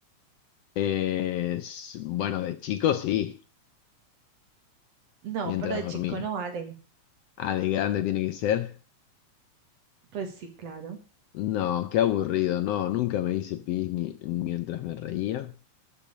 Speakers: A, on the left; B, on the right.
A: Eh, s- bueno, de chico sí,
B: No,
A: mientras
B: pero de
A: dormía.
B: chico no vale.
A: Ah, de grande tiene que ser.
B: Pues sí, claro.
A: No, qué aburrido, no, nunca me hice pis ni mientras me reía.